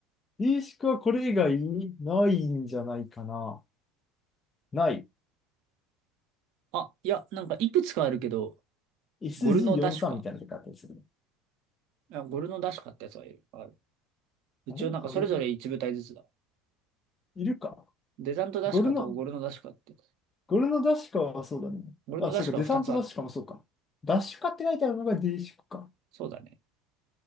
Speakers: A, on the left; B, on the right.
A: D 式はこれ以外ないんじゃないかな。ない。
B: あ、いや、なんかいくつかあるけど、
A: SG43
B: ゴルノダシュか。
A: みたいな出方でするね。
B: あゴルノダシュかってやつはいる。ある。一応なんかそれぞれ1部隊ずつだ。
A: あれゴル、いるか
B: デザントダシカとゴルノダシカって、
A: ゴルの、ゴルのダッシュカはそうだね。
B: ゴルノダシカは2つある。
A: あ、そうか、デサントダッシュカもそうか。ダッシュカって書いてあるのが D 式か。
B: そうだね。